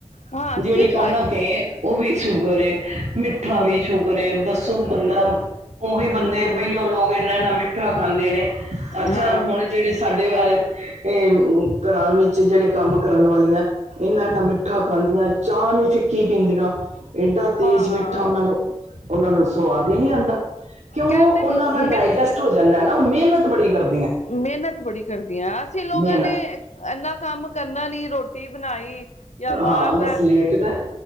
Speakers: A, on the left; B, on the right.
A: ਹਾਂ
B: ਜਿਹੜੀ
A: ਕੀ
B: ਕਨਾਕ
A: ਖਾਏ
B: ਉਹ ਵੀ ਸ਼ੂਗਰ ਏ, ਮਿੱਠਾ
A: ਹਮ
B: ਵੀ ਸ਼ੂਗਰ ਹੈ ਦੱਸੋ ਬੰਦਾ, ਉਹੀ ਬੰਦੇ
A: ਹਮ
B: ਪਹਿਲੋਂ ਲੋਕ ਇੰਨਾ ਇੰਨਾ ਮਿੱਠਾ ਖਾਂਦੇ ਨੇ ਅੱਛਾ
A: ਹਾਂ
B: ਹੁਣ ਜਿਹੜੇ ਸਾਡੇ ਘਰਾਂ ਵਿੱਚ ਜਿਹੜੇ ਕੰਮ ਕਰਨ ਵਾਲੀਆਂ ਇਹਨਾਂ-ਇਹਨਾ ਮਿੱਠਾ ਖਾਂਦੀਆਂ। ਚਾਹ ਨੂੰ ਫਿੱਕੀ, ਪੀਂਦੀਆਂ ਏਡਾਂ ਤੇਜ਼
A: ਹਾਂ
B: ਮਿੱਠਾ ਉਹਨਾਂ ਨੂੰ ਉਹਨਾਂ ਨੂੰ ਸਵਾਦ ਹੀ ਨਹੀਂ ਆਉਂਦਾ। ਕਿਉਂ
A: ਕਹਿੰਦੇ
B: ਉਹਨਾਂ ਦਾ
A: ਮਿੱ
B: ਡਾਇਜੈਸਟ ਹੋ ਜਾਂਦਾ ਨਾ ਉਹ ਮਿਹਨਤ ਬੜੀ ਕਰਦਾ।
A: ਮਿਹਨਤ ਬੜੀ ਕਰਦੀ ਐ ਅਸੀਂ ਲੋਕਾਂ
B: ਮਿਹਨਤ
A: ਨੇ ਇਨਾ ਕੰਮ ਕਰਨਾ ਦੀ ਰੋਟੀ ਬਣਾਈ। ਜਾਂ ਬਾਹਰ
B: ਹਾਂ
A: ਦਾ
B: ਬਸ ਲੇਟ ਦਾ